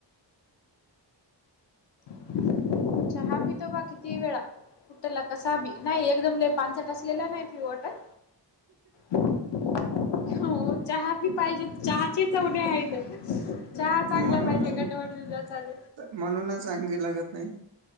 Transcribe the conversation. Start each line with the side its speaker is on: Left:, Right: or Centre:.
Left: चहा पीतो बा किती वेळा. कुठला कसाबी नाही एकदम पानचट असलेला नाही पिऊ वाटत. हो चहा. चहा पाहिजे चहाची चवलई आहे इथं चहा चांगला
Right: म्हणून
Left: पाहिजे गटवट दुधाध
Right: म्हणून आगी लागत नाही